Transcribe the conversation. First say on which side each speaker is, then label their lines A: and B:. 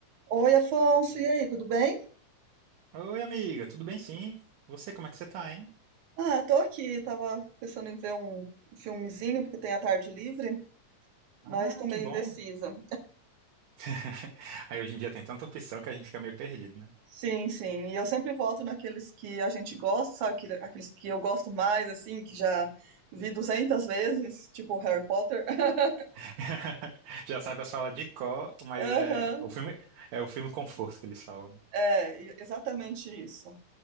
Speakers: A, on the right (about 70°); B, on the right (about 85°).
A: Oi, Afonso, e aí, tudo bem?
B: Oi, amiga, tudo bem sim? Você, como é que você tá, hein?
A: Ah, tô aqui, tava pensando em ver um um filmezinho, porque tem a tarde livre, mas
B: Ah,
A: tô meio
B: que bom.
A: indecisa.
B: <laughs> Aí hoje em dia tem tanta opção que a gente fica meio perdido, né?
A: Sim, sim, e eu sempre volto naqueles que a gente gosta, sabe? Aquele- Aqueles que eu gosto mais, assim, que já vi 200 vezes, tipo Harry Potter. <laughs>
B: <laughs> Já sabe as falas de cor, mas
A: Aham,
B: é o filme é o filme conforto que eles falam, né?
A: é, e- exatamente isso.